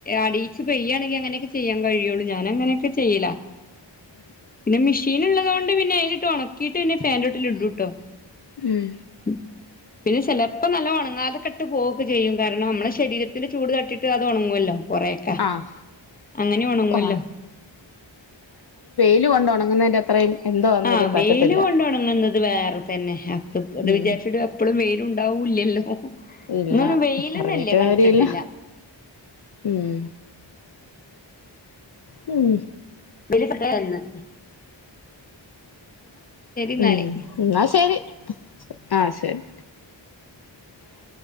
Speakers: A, on the left; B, on the left.
A: അടിയിച്ച് പെയ്യയാണെങ്കിൽ അങ്ങനെയൊക്കെ ചെയ്യാൻ കഴിയുള്ളു ഞാനൻങ്ങനെ ക്ക് ചെയ്ല പിന്നെ മിഷീന്ള്ളതോണ്ട് പിന്നെ അയില് ട്ട് ഉണക്കിട്ട് പിന്നെ ഫാൻൊട്ടില് ഇടുട്ടോ
B: ഉംം
A: <unintelligible> പിന്നെ ചിലപ്പോ നല്ല ഉണങ്ങാതെ കെട്ട് പോവുക്കെ ചെയ്യും കാരണം മ്മളെ ശരീരത്തിന്റെ ചൂട് ട്ടിറ്റ് അത് ഉണങ്ങുവല്ലോ കൊറെക്കാ
B: ആഹ്
A: അങ്ങനെ ഉണങ്ങല്ലോ
B: ഓ യില് കൊണ്ട ഉണങ്ങുന്നതിന്റെ അത്രയും എന്തോ വന്നേലും
A: ആ വെയില്
B: പറ്റത്തില്ല
A: കൊണ്ട് ഉണങ്ങുന്നത് വേറെ തന്നെ അപ്പ ത്
B: ഉം
A: വിചാരിച്ചിട്ട് എപ്പ ളുംവെയിലും ഉണ്ടാവൂ എല്ലാ ഹൊ ഹൊ
B: ഇല്ല
A: ന്നൊന്നും വെയിലന്നെല്ല്യ
B: പറഞ്ഞിട്ട്
A: കണ്ടിട്ടില്ല.
B: കാര്യല്ല ഉം ഹും
A: വിലപെട്ടെന്ന് എന്നാല്
B: ഉം ന്നാ ശെരി, ആ ശെരി. <inaudible>